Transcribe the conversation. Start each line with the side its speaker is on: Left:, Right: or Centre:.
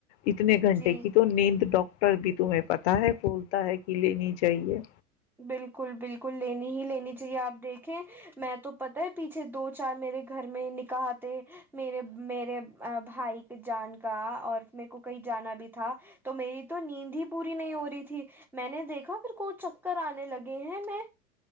Left: اتنے گھنٹے
Centre: جی
Left: کی تو نیند ڈاکٹر بھی تمہیں پتا ہے بولتا ہے کہ لینی چاہیے
Centre: بالکل بالکل بکل لینی ہی لینی چاہیے آپ دیکھیں میں تو پتا ہے پیچھے دو چار میرے گھر میں نکاح تھ میرے میرے بھائی کے جان کا اور میرے کو کہیں جانا بھی تھا تو میری تو نیند ہی پوری نہیں ہو رہی تھی میں نے دیکھا پھر کو کر آنے لگے ہیں میں